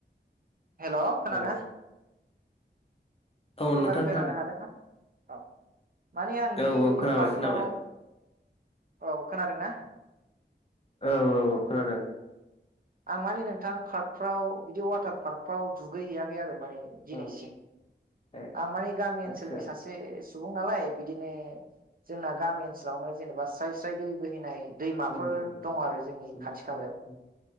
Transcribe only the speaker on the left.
औ औ
नोंथां
खोनादों
औ औ खोनाबाय
खोनाबाय
औ औ औ खोनादों
औ ए
आदसा
उम
उम
उम